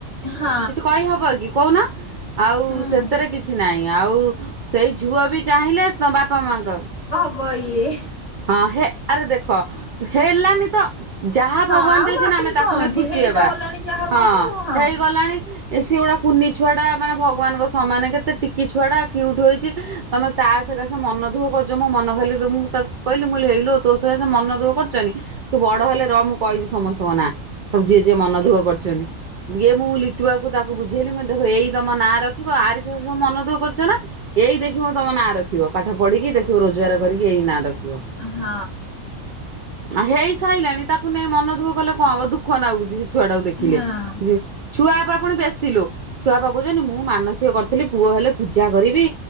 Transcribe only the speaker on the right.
କିଛି କହିହବ କି କହୁନା ଆଉ
ସେଥିରେ କିଛି ନାହିଁ ଆଉ ସେଇ ଝୁଅ ବି ଚାହିଁଲେ ତ ବାପା ମାଙ୍କ
ହଁ ହେ ଆରେ ଦେଖ ହେଲାନି ତ ଯାହା
ଭଗବାନ
ଦେଇଛନ୍ତି
ଆମେ ତାକୁ
ନେଇ
ଖୁସି
ହେବା
ହଁ
ହେଇଗଲାଣି ଏ ସେଗୁଡା କୁନି ଛୁଆ ଟା ମାନେ ଭଗବାନଙ୍କ ସମାନେ କେତେ ଟିକି ଛୁଆ ଟା କ୍ୟୁଟ୍ ହେଇଛି ତମେ ତା ସକସେ ମନ ଦୁଃଖ କରୁଛ ମୋ ମନ ଖାଲି ତକୁ ତାକୁ କହିଲି ହେଇଲୋ ତୋ ସକାସେ ମନ ଦୁଖ କରିଛନ୍ତିି। ତୁ ବଡ ହେଲେ ର ମୁଁ କହିବି ସମସ୍ତଙ୍କ ନା ସବୁ ଯିଏ ଯିଏ ମନ ଦୁଃଖ କରୁଛନ୍ତି। ଇଏ ମୁଁ ଲିଟୁଆକୁ ତାକୁ ବୁଝେଇଲି ଦେଖ ଏଇ ତମ ନାଁ ରଖିବ ଆରି ସକାଶେ ସବୁ ମନ ଦୁଖ କରୁଛ ନା? ଏଇ ଦେଖିବ ତମ ନାଁ ରଖିବ ପାଠ ପଢ଼ିକି ଦେଖିବ ରୋଜଗାର କରିକି ଏଇ ନାଁ ରଖିବ।
ଆ ହେଇ ସାଇଲାଣି ତାକୁ ନେଇ ମନ ଦୁଃଖ କଲେ କଣ ହବ ଦୁଃଖ ନାଗୁଛି ସେ ଛୁଆ ଟାକୁ ଦେଖିଲେ।
ଜି ଛୁଆପ ପୁଣି ବେଶୀ ଲୋ ଛୁଆପ କହୁଛନ୍ତିଛନ୍ତି ମୁଁ ମାନସିକ କରିଥିଲି ପୁଅ ହେଲେ ପୂଜା କରିବି।